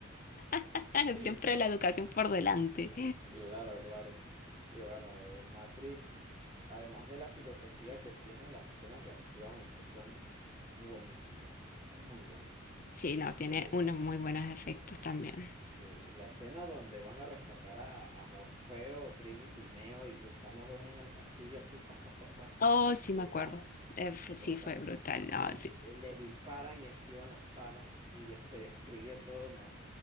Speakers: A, on the left (about 40°); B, on the right (about 25°).
A: <laughs>
B: <laughs>
A: Siempre la educación por delante.
B: Claro, claro. Y bueno, eh, Matrix, además de la filosofía que tiene, las escenas de acción es que son buenísimas, muy buenas.
A: Sí, no, tiene
B: Eh,
A: unos muy buenos efectos también.
B: se- la escena donde van a rescatar a, a Morfeo, Trinity y Neo y, y están los dos en el pasillo así, pas, pas, pas, pas,
A: Oh, sí,
B: brutal,
A: me acuerdo. Eh, fue-
B: brutal.
A: sí, fue brutal. No,
B: Y
A: sí,
B: eh, les disparan y esquivan las balas y, y de- se destruye todo, no.